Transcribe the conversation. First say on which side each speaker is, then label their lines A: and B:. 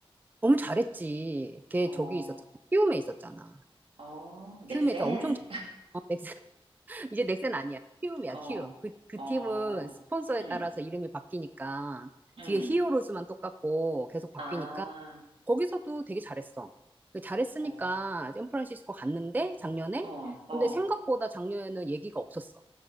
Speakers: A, on the right (about 20°); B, on the right (about 75°).
A: 너무 잘했지. 걔
B: 어,
A: 저기 있었잖아. 키움에 있었잖아.
B: 어, 넥센?
A: 키움에서 엄청 잘- 어, 넥센, <laughs> 이제 넥센 아니야. 키움이야,
B: 어,
A: 키움. 그, 그
B: 어,
A: 팀은 스폰서에
B: 응,
A: 따라서 이름이 바뀌니까,
B: 응.
A: 뒤에 히어로즈만 똑같고 계속 바뀌니까,
B: 아,
A: 거기서도 되게 잘했어. 그 잘했으니까
B: 어,
A: 샌프란시스코 갔는데, 작년에?
B: 어, 어,
A: 근데 생각보다 작년에는 얘기가 없었어.